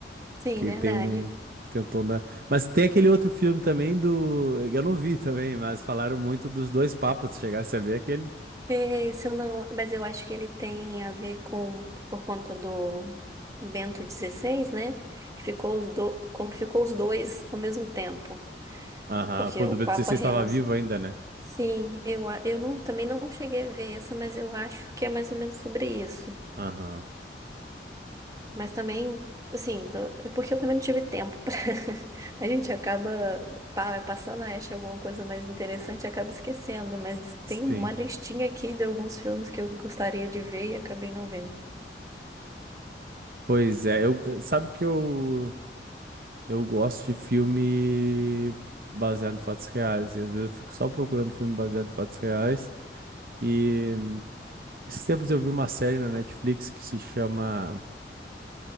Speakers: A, on the right; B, on the right.
A: Sim,
B: Que
A: verdade.
B: tem um tem um tom da mas tem aquele outro filme também do. Eu não vi também, mas falaram muito dos dois papas. se Chegasse a ver aquele.
A: É, se eu não, mas eu acho que ele tem a ver com, por conta do Bento dezesseis né? Que ficou os do, como ficou os dois ao mesmo tempo.
B: Aham,
A: Porque
B: quando
A: o
B: o B16
A: Papa renunci...
B: estava vivo ainda, né?
A: Sim, eu, a- eu não, também não cheguei a ver essa, mas eu acho que é mais ou menos sobre isso.
B: Aham,
A: Mas também, assim, do- é porque eu também não tive tempo pra... <laughs> A gente acaba pa- passando a acha alguma coisa mais interessante, e acaba esquecendo, mas
B: sim.
A: tem uma listinha aqui de alguns filmes que eu gostaria de ver e acabei não vendo.
B: Pois é, eu, eu- sabe que eu, eu gosto de filme baseado em fatos reais, e às vezes eu fico só procurando filme baseado em fatos reais, e hum, esses tempos eu vi uma série na Netflix que se chama